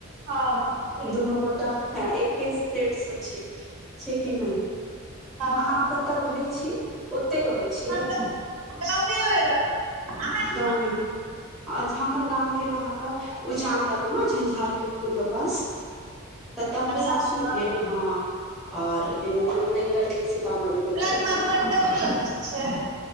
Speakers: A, on the right (about 75°); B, in the centre.
A: हँ बिलकुल
B: दुनू गोटा हें एक पेट से छी छैय की नय
A: हँ
B: आहाँ
A: हँ बिलकुल
B: कत रहै छी ओतैय रहै छियै
A: हम तऽ गाँवेमे रहै छी अहाँके
B: गाँव मे अच्छा हमर गाम भेल आहाँ के उजान लगमे झंझारपुर के पास <inaudible> तत
A: अच्छा
B: तऽ हमर सासुर
A: लगमा
B: भेल ह आओर नहिर भेल सीतामढ़ी के
A: लगमा
B: तरफ
A: पर डबल <unintelligible> छै